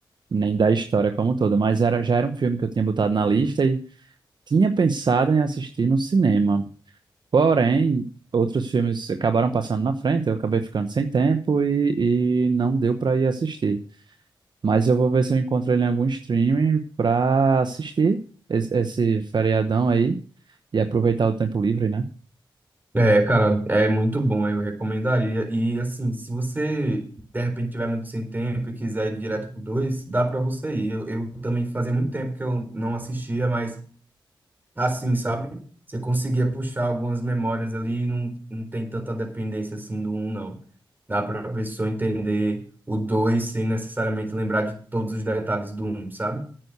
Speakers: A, on the right (about 55°); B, on the right (about 20°).
A: nem da história como toda, mas era, já era um filme que eu tinha botado na lista e tinha pensado em assistir no cinema. Porém, outros filmes acabaram passando na frente, eu acabei ficando sem tempo e, e não deu para ir assistir. Mas eu vou ver se eu encontro ele em algum streaming pra assistir es- esse feriadão aí e aproveitar o tempo livre, né?
B: É, cara, é muito bom, eu recomendaria. E assim, se você de repente tiver muito sem tempo e quiser ir direto pro 2 dá pra você ir. Eu, eu também fazia muito tempo que eu não assistia, mas assim, sabe? Você conseguia puxar algumas memórias ali, e não, não tem tanta dependência assim do um, não. Dá para a pessoa entender o dois sem necessariamente lembrar de todos os detalhes do um, sabe?